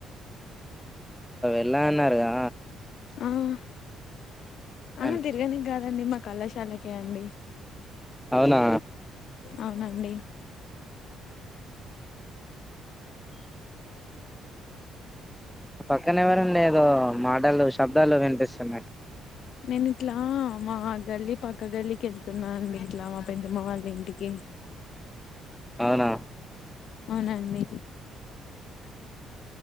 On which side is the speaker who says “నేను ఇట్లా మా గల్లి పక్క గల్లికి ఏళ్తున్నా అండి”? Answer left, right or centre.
Left